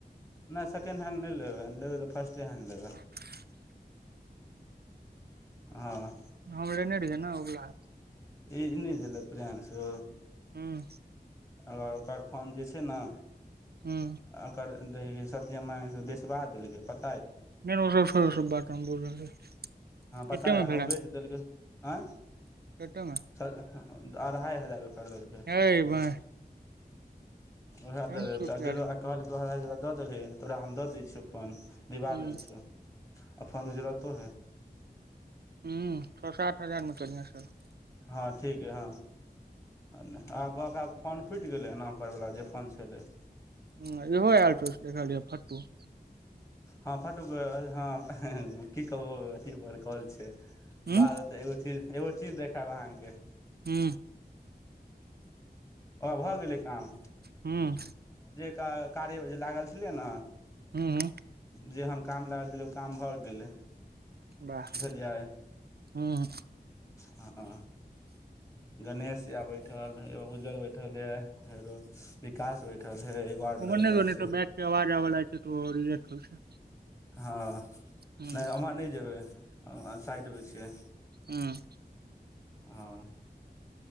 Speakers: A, on the left (about 20°); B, on the right (about 70°).
A: नहि सेकेन्ड हैण्ड नहि लबै लबै तऽ फर्स्टे हैण्ड लेबै
B: <unintelligible>
A: हँ
B: हम लेने रहिए ने ऊवला
A: ए ई नय भेलय प्रियाषु
B: हँ
A: आ और ओकर फोन जे छै न
B: हूँ
A: ओकर सत्यमा से बेसबा देलकै प
B: नय नय ओ सब छोरू ओ सब बात हम बोल रहल
A: हँ
B: रहियै
A: पता
B: कतेमे
A: य ने
B: भेलै
A: ओ बेच देलक आ
B: कतेमे
A: सा अढ़ाइ हजार खरीदेलकै ह
B: हे बहिन
A: उएह
B: केहन
A: दऽ दे
B: सूट
A: तऽ
B: यै
A: गेल
B: सब
A: कहलै तोरा दऽ देलही तोरा हम दऽ दै छियौ फोन दिबा
B: हूँ
A: दै छियौ आ फोन जरुरतो हे
B: हू छ सात हजार मे करिहै सर
A: हँ ठीके हँ अह कहक फोन फूटि गेलै एना ओकर वला जे फोन छलै
B: ह इहो आयल छौ से देखलियै फटटू
A: हँ फटो ह है की कहू अथी बड़कल छै
B: हूँ
A: बाद एगो चीज एगो चीज देखायब अहाँके
B: हू
A: ओ भऽ गेलै काम
B: हुँ
A: का कार्य जे लागल छलय न
B: हूँ हूँ
A: जे हम काम लागल छलै ओ काम भऽ गेलै
B: वाह
A: बुझलियै
B: हूँ हूँ
A: हँ गणेश य बैठल एगो बुजुर्ग बैठल या विकास बैठल हे एगो आर
B: ओ मने
A: लड़का
B: द नऽ
A: छै
B: बैक के अवाज आब लाग छै त रिलेकट हो छै
A: हँ
B: हूँ
A: नय हमहाँ नय जेबै साइड मे छियै
B: हुँ
A: हँ